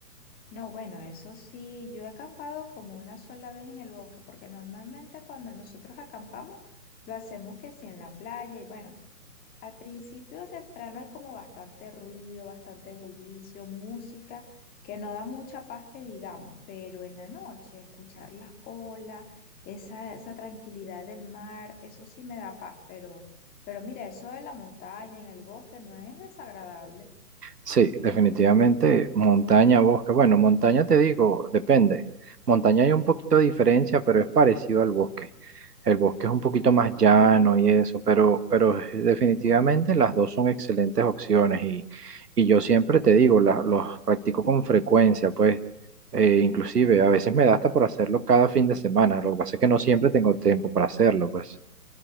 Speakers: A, on the left (about 20°); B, on the right (about 70°).
A: No, bueno, eso sí, yo he acampado como una sola vez en el bosque, porque normalmente cuando nosotros acampamos lo hacemos que sí en la playa y bueno. Al principio temprano hay como bastante ruido, bastante bullicio, música, que no da mucha paz que digamos, pero en la noche escuchar las olas, esa, esa tranquilidad del mar, eso sí me da paz, pero, pero mira, eso de la montaña, en el bosque, no es desagradable.
B: Sí, definitivamente montaña, bosque. Bueno, montaña te digo, depende. Montaña hay un poquito de diferencia, pero es parecido al bosque. El bosque es un poquito más llano y eso, pero, pero eh, definitivamente las dos son excelentes opciones y, y yo siempre te digo, la- los practico con frecuencia, pues eh, inclusive a veces me da hasta por hacerlo cada fin de semana. Lo que pasa es que no siempre tengo tiempo para hacerlo, pues.